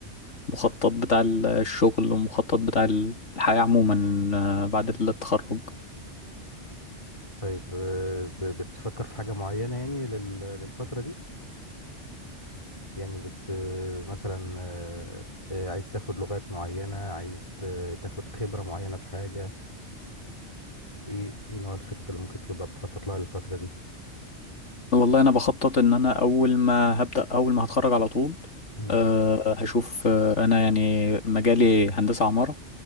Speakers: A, on the left (about 80°); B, on the left (about 25°).
A: المخطط بتاع الشغل والمخطط بتاع الحياة عموما آه، بعد التخرج
B: طيب آه، ب- بتفكر في حاجة معينة يعني لل- للفترة دي يعني بت آه، مثلا آه، آه، عايز تاخد لغات معينة عايز ت- تاخد خبرة معينة في حاجة ايه ايه نوع الخطط اللي ممكن تبقى بتخطط لها للفترة دي
A: والله انا بخطط ان انا اول ما هبدأ اول ما هتخرج على طول
B: مم.
A: أه هشوف آه، انا يعني مجالي هندسة عمارة